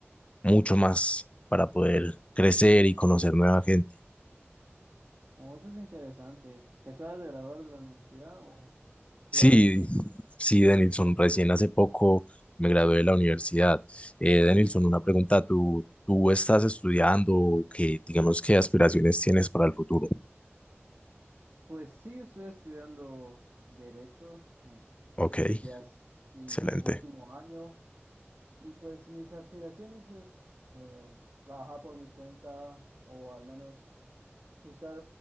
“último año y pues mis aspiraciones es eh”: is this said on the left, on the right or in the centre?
Right